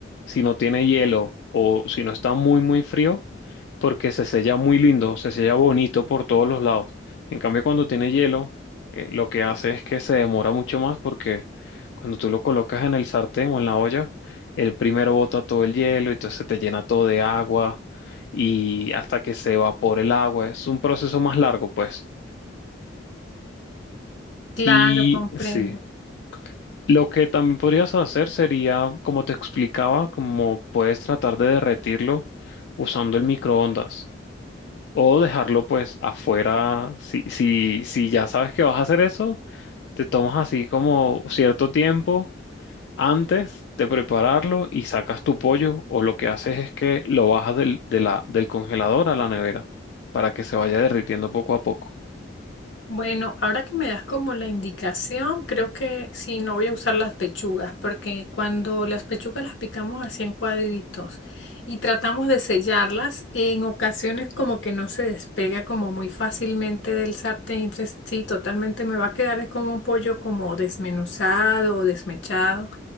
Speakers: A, on the left; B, on the left.
A: si no tiene hielo o si no está muy, muy frío, porque se sella muy lindo, se sella bonito por todos los lados. En cambio, cuando tiene hielo, eh, lo que hace es que se demora mucho más porque cuando tú lo colocas en el sartén o en la olla, el primero bota todo el hielo, entonces te llena todo de agua y hasta que se evapore el agua, es un proceso más largo, pues.
B: Claro,
A: Y
B: comprendo.
A: sí. Lo que también podrías hacer sería, como te explicaba, como puedes tratar de derretirlo usando el microondas o dejarlo pues afuera. Si, si, si ya sabes que vas a hacer eso, te tomas así como cierto tiempo antes de prepararlo y sacas tu pollo o lo que haces es que lo bajas del, de la, del congelador a la nevera para que se vaya derritiendo poco a poco.
B: Bueno, ahora que me das como la indicación, creo que sí, no voy a usar las pechugas, porque cuando las pechugas las picamos así en cuadritos y tratamos de sellarlas, en ocasiones como que no se despega como muy fácilmente del sartén, entonces sí, totalmente me va a quedar es como un pollo como desmenuzado o desmechado